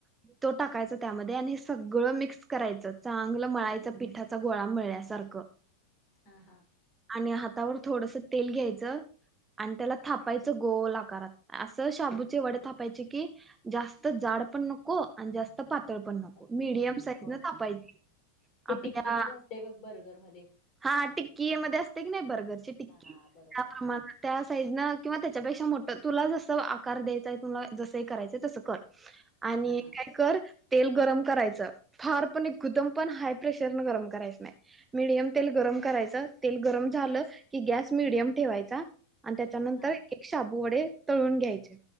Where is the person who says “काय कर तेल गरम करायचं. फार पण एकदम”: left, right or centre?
Right